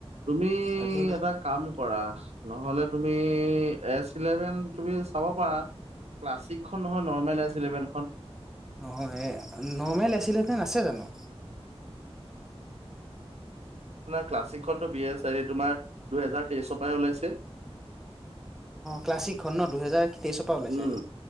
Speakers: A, on the right; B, in the centre.
A: তুমি
B: তাকে
A: এটা কাম কৰা নহ'লে তুমি এচ ইলেভেন তুমি চাব পাৰা। ক্লাছিকখন নহয় নৰ্মেল এছ ইলেভেনখন
B: অ এই নৰ্মেল এছিলৈফেন আছে জানো
A: ক্লাছিকখনো বি এছ তোমাৰ দুহেজাৰ তেইশৰ পৰা ওলাইছে।
B: ক্লাছিক ঘন দুহেজাৰ তেইছৰ পৰা ওলাইছে।
A: উম